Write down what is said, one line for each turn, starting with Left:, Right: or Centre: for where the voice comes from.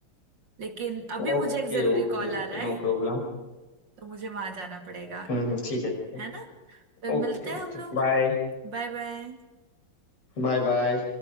Right: लेकिन अभी
Left: Okay
Right: मुझे एक जरूरी
Left: okay
Right: कॉल
Left: okay
Right: आ रहा
Left: no
Right: है
Left: problem
Right: तो मुझे वहां जाना पड़ेगा
Left: हम्म हम्म, ठीक है ठीक
Right: है ना
Left: है
Right: फिर मिलते
Left: Okay
Right: हैं
Left: okay
Right: हम लोग
Left: bye
Right: Bye bye
Left: Bye bye